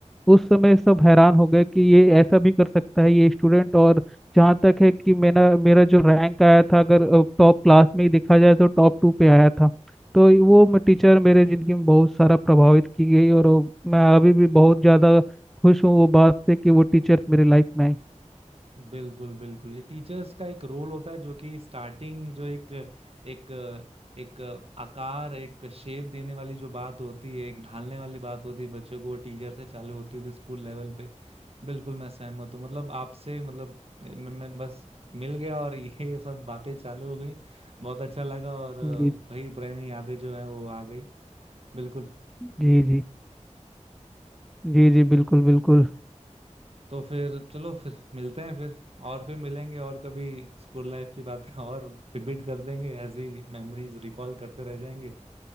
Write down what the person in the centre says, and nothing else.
उस समय सब हैरान हो गए कि ये ऐसा भी कर सकता है ये स्टूडेंट और जहाँ तक है कि मेरा मेरा जो रैंक आया था अगर टॉप क्लास में ही देखा जाए तो टॉप टू पे आया था तो वो टीचर मेरे जिंदगी में बहुत सारा प्रभावित की गई और वो- मैं अभी भी बहुत ज़्यादा खुश हूँ वो बात से कि वो टीचर्स मेरे लाइफ में आए
जी
जी जी जी जी बिल्कुल बिल्कुल